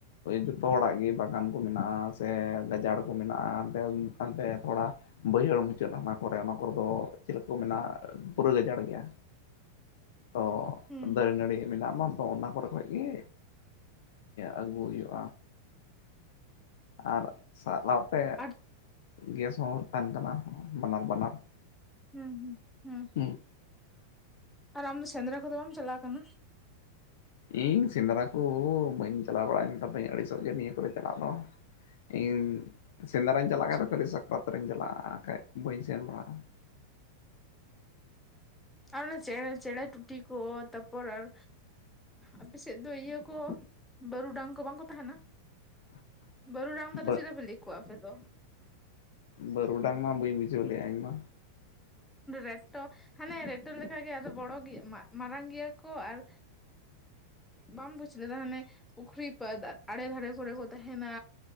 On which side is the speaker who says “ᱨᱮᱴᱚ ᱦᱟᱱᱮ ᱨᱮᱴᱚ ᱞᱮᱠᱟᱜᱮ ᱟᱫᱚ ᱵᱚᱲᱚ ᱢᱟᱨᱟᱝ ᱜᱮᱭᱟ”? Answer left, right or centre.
Centre